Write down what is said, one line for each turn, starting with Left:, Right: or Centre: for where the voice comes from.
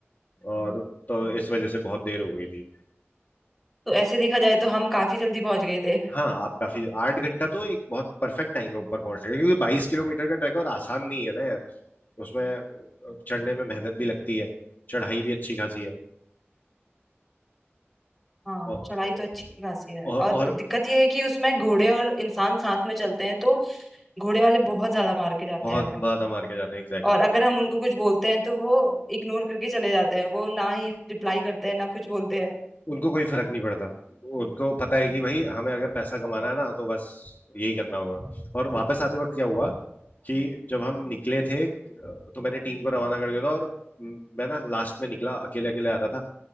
Left: और तो इस वजह से बहुत देर हो गई थी
Centre: तो ऐसे देखा जाए तो हम काफी जल्दी पहुंच गए थे
Left: हाँ आप काफी आठ घंटा तो एक बहुत परफेक्ट टाइम है ऊपर पहुंचने का क्योंकि बाईस किलोमीटर का ट्रैक है और आसान नहीं है ना यार उसमें चढ़ने में मेहनत भी लगती है चढ़ाई भी अच्छी खासी है
Centre: हाँ
Left: और,
Centre: चढ़ाई तो अच्छी खासी है
Left: और, और
Centre: और दिक्कत यह है कि उसमें घोड़े और इंसान साथ में चलते हैं तो घोड़े वाले बहुत ज्यादा मार के जाते
Left: बहुत
Centre: हैं हमें
Left: बाधा मार के जाते हैं एग्जैक्टली
Centre: और अगर हम उनको कुछ बोलते हैं तो वो इग्नोर करके चले जाते हैं वो ना ही रिप्लाई करते हैं ना कुछ बोलते हैं
Left: उनको कोई फर्क नहीं पड़ता उनको पता है कि भाई हमें अगर पैसा कमाना है ना तो बस यही करना होगा और वापस आते वक्त क्या हुआ कि जब हम निकले थे तो मैंने टीम को रवाना कर दिया था और मैं ना लास्ट में निकला अकेले अकेले आता था